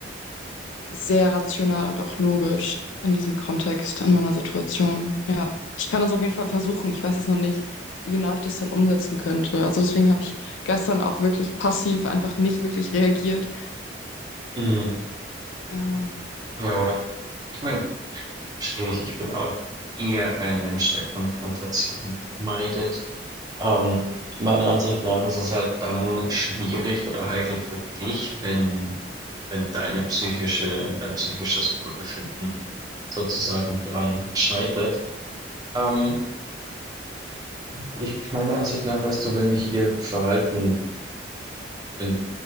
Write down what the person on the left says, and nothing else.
sehr rational und auch logisch in diesem Kontext, in meiner Situation. Ja, ich kann das auf jeden Fall versuchen. Ich weiß es noch nicht, wie genau ich das dann umsetzen könnte. Also deswegen habe ich gestern auch wirklich passiv einfach nicht wirklich reagiert.
Ähm,